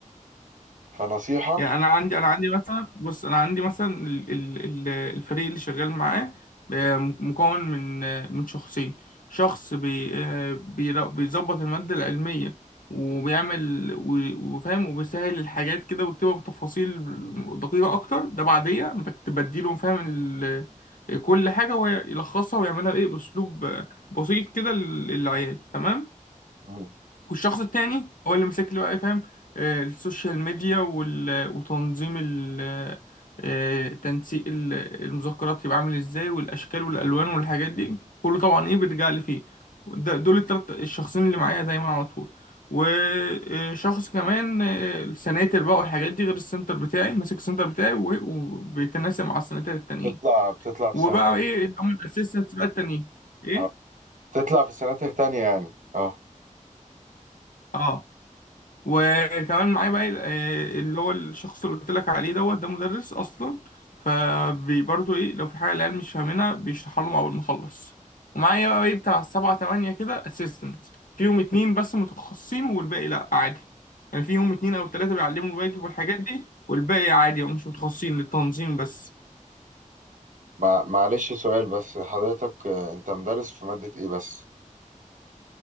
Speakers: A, on the right; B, on the left.
A: فنصيحه
B: يعني انا عندي انا عندي مثلا بص انا عندي مثلا ال- ال- ال- الفريق اللي شغال معاه آه، مكون من آه، من شخصين شخص بي آه، بيرا- بيظبط المادة العلمية وبيعمل و- وفاهم وبيسهل الحاجات كده ويكتبها بتفاصيل دقيقة أكتر ده بعدية أنا بكت- بديله فاهم ال- كل حاجة ويلخصها ويعملها بإيه بأسلوب آه، بسيط كده لل- للعيال تمام
A: مم.
B: والشخص التاني هو اللي مسك لي بقى فاهم آه، السوشيال ميديا وال... وتنظيم ال... آه، تنسيق ال- المذكرات يبقى عامل ازاي والاشكال والالوان والحاجات دي كله طبعا ايه بيرجع لي فيه ده- دول التلات الشخصين اللي معايا دايما على طول وشخص كمان آه، السناتر بقى والحاجات دي غير السنتر بتاعي ماسك السنتر بتاعي و- وبيتناسب مع السناتر التانيين
A: بتطلع بتطلع
B: وبقى
A: في سنه تانية.
B: ايه اللي هم الاسيستنتس بقى التانيين ايه
A: اه بتطلع في سنه تانية يعني اه
B: اه وكمان معايا بقى ال- آه، اللي هو الشخص اللي قلت لك عليه دوت ده مدرس اصلا فبرضه ايه لو في حاجه العيال مش فاهمينها بيشرحها لهم اول ما اخلص ومعايا بقى ايه بتاع سبعة تمانية كده اسيستنت فيهم اتنين بس متخصصين والباقي لا عادي يعني فيهم اتنين او تلاته بيعلموا الواجب والحاجات دي والباقي عادي هم مش متخصصين للتنظيم بس
A: مع... معلش سؤال بس حضرتك آه، انت مدرس في مادة ايه بس